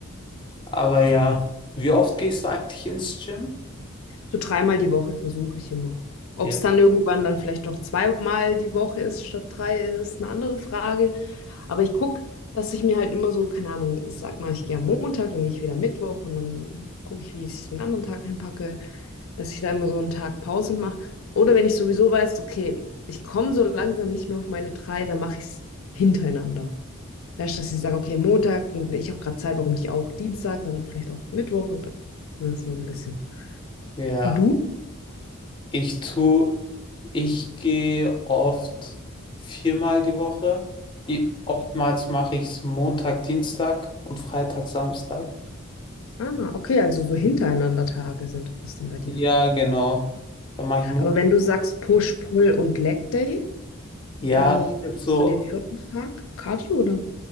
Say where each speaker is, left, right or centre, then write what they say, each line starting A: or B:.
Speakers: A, on the left; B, on the left.
A: Aber ja, wie oft gehst du eigentlich ins Gym?
B: So dreimal die Woche versuche ich immer. Ob
A: Ja.
B: es dann irgendwann dann vielleicht doch zweimal die Woche ist statt drei, ist eine andere Frage. Aber ich gucke, dass ich mir halt immer so, keine Ahnung, ich sag mal, ich gehe am Montag, dann gehe ich wieder Mittwoch und dann gucke ich, wie ich den anderen Tag hinpacke, dass ich da immer so einen Tag Pause mache. Oder wenn ich sowieso weiß, okay, ich komme so langsam nicht mehr auf meine drei, dann mache ich es hintereinander. Weißt du, dass ich sage, okay, Montag und ich habe gerade Zeit, warum nicht auch Dienstag, dann vielleicht auch Mittwoch und ne, so ein bisschen.
A: Ja,
B: Und du?
A: ich tue. Ich gehe oft viermal die Woche. I- Oftmals mache ich es Montag, Dienstag und Freitag, Samstag.
B: Ah, okay, also so hintereinander Tage sind das dann bei dir.
A: Ja, genau. Dann mache ich Montag.
B: Aber wenn du sagst Push, Pull und Leg Day,
A: Ja,
B: Wie
A: das ist
B: machst
A: so,
B: du den vierten Tag? Cardio oder?